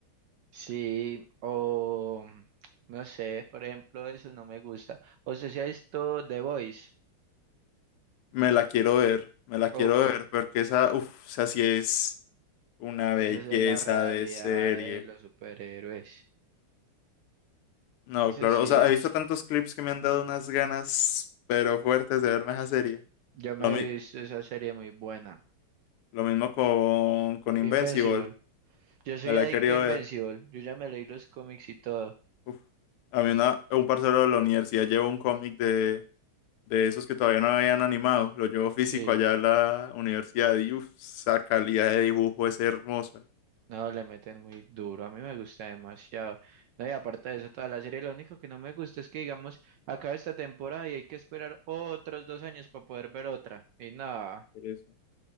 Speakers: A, on the right; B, on the left.
A: Sí, o no sé, por ejemplo, eso no me gusta. O sea, si ha visto The Voice,
B: Me la quiero ver, me la quiero
A: uf,
B: ver, porque esa, uff, o sea, sí es una belleza
A: esa sí es la realidad
B: de serie.
A: de los superhéroes.
B: No,
A: Esa
B: claro,
A: sí
B: o sea,
A: es.
B: he visto tantos clips que me han dado unas ganas, pero fuertes de verme esa serie.
A: Yo me
B: Lo, mi-
A: he visto esa serie muy buena.
B: lo mismo con, con Invincible,
A: Invincible. Yo soy
B: me la
A: adicto
B: he querido
A: a Invincible.
B: ver.
A: Yo ya me leí los cómics y todo.
B: Uf. A mí una, un parcero de la universidad llevó un cómic de, de esos que todavía no habían animado. Lo llevo físico
A: Sí.
B: allá a la universidad y uff, esa calidad de dibujo es hermosa.
A: No, le meten muy duro, a mí me gusta demasiado. No, y aparte de eso, toda la serie, lo único que no me gusta es que, digamos, acaba esta temporada y hay que esperar otros dos años para poder ver otra. Y nada,
B: Por eso.